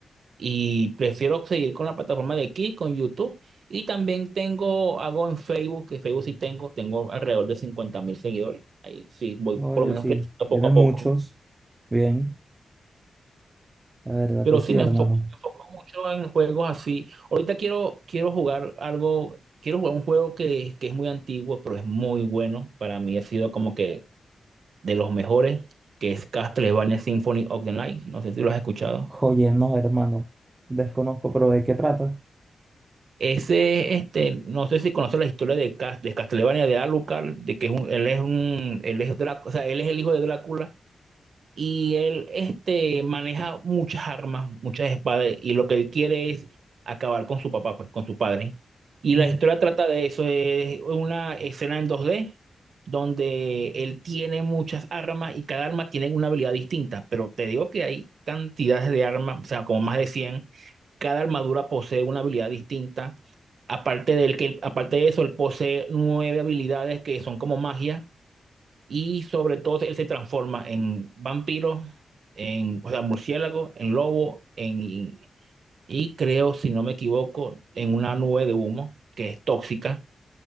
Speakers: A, on the right; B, on the right.
A: Y prefiero seguir con la plataforma de aquí, con YouTube. Y también tengo, hago en Facebook, que Facebook sí tengo, tengo alrededor de cincuenta mil seguidores. Ahí sí, voy
B: Oye,
A: por lo menos
B: sí,
A: creciendo poco
B: tiene
A: a
B: muchos.
A: poco.
B: Bien, la verdad
A: Pero
B: que sí,
A: sí me
B: hermano.
A: enfoco, me enfoco mucho en juegos así. Ahorita quiero, quiero jugar algo, quiero jugar un juego que, que es muy antiguo, pero es muy bueno. Para mí ha sido como que de los mejores, que es Castlevania Symphony of the Night. No sé si lo has escuchado.
B: Oye, no, hermano. Desconozco, pero ¿de qué trata?
A: Ese, este, no sé si conoces la historia de, Cas- de Castlevania de Alucard, de que es un, él es un, él es Drá- o sea, él es el hijo de Drácula y él este, maneja muchas armas, muchas espadas, y lo que él quiere es acabar con su papá, pues, con su padre. Y
B: Mm.
A: la historia trata de eso, es una escena en dos d donde él tiene muchas armas y cada arma tiene una habilidad distinta, pero te digo que hay cantidades de armas, o sea, como más de cien cada armadura posee una habilidad distinta. Aparte de, que, aparte de eso, él posee nueve habilidades que son como magia y sobre todo él se transforma en vampiro, en, o sea, murciélago, en lobo, en, y creo, si no me equivoco, en una nube de humo que es tóxica.